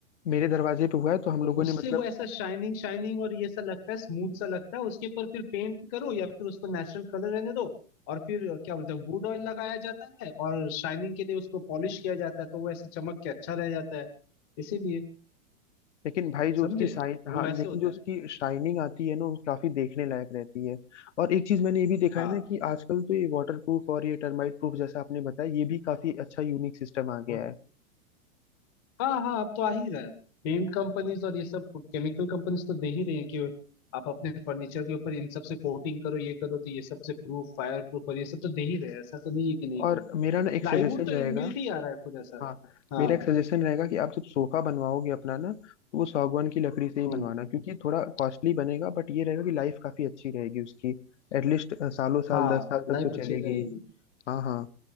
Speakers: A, on the left (about 55°); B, on the left (about 15°).
A: मेरे दरवाजे पे हुआ है तो हम
B: तो
A: लोगों
B: उससे
A: ने मतलब
B: वो ऐसा शाइनिंग शाइनिंग और ये सा लगता है स्मूथ सा लगता है उसके ऊपर फिर पेंट करो या फिर उसको नेचुरल कलर रहने दो और फिर क्या बोलते हैं वुड ऑयल लगाया जाता है और शाइनिंग के लिए उसको पॉलिश किया जाता है तो वो ऐसे चमक के अच्छा रह जाता है इसीलिए
A: लेकिन भाई जो
B: समझे
A: उसकी शाइन
B: वो
A: हाँ
B: वैसे
A: लेकिन
B: होता
A: जो उसकी
B: है
A: शाइनिंग आती है ना वो काफी देखने लायक रहती है और एक चीज मैंने ये भी देखा
B: हाँ
A: है ना कि आजकल तो ये वाटर प्रूफ और ये टर्माइट प्रूफ जैसा आपने बताया ये भी काफी अच्छा यूनिक सिस्टम आ गया
B: हाँ
A: है
B: हाँ हाँ, अब तो आ ही रहा है पेंट कंपनीज और ये सब केमिकल कंपनीज तो दे ही रही है कि आप अपने फर्नीचर के ऊपर इन सब से कोटिंग करो ये करो तो ये सब से प्रूफ फायर प्रूफ और ये सब तो दे ही रहे हैं ऐसा तो नहीं है कि नहीं
A: और
B: दे रहे
A: मेरा ना एक
B: प्लाईवुड
A: सजेशन
B: तो
A: रहेगा
B: इनबिल्ट ही आ रहा है खुद ऐसा
A: हाँ
B: हाँ
A: मेरा एक सजेशन रहेगा कि आप जब सोफा बनवाओगे अपना ना तो वो सागवान की लकड़ी से ही
B: हम्म,
A: बनवाना क्योंकि ये थोड़ा कॉस्टली बनेगा बट ये रहेगा कि लाइफ काफी अच्छी रहेगी उसकी एटलीस्ट सालों साल
B: हाँ
A: दस साल तक
B: लाइफ
A: तो
B: अच्छी
A: चलेगी
B: रहेगी
A: हाँ हाँ